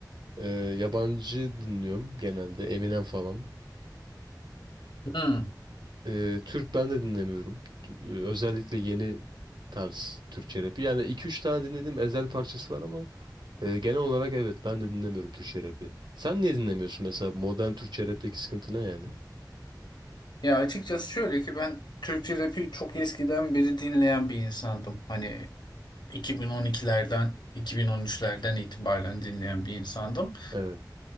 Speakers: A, on the right; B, on the left.
A: Ee, yabancı dinliyorum genelde. Eminem falan.
B: hmm.
A: Ee, Türk ben de dinlemiyorum. T- e, Özellikle yeni tarz Türkçe rapi. Yani iki üç tane dinlediğim Ezel parçası var ama e, genel olarak evet ben de dinlemiyorum Türkçe rapi. Sen niye dinlemiyorsun mesela modern Türkçe rapteki sıkıntı ne yani?
B: Ya açıkçası şöyle ki ben Türkçe rapi çok eskiden beri dinleyen bir insandım. Hani 2012'lerden, 2013'lerden itibaren dinleyen bir insandım.
A: Evet.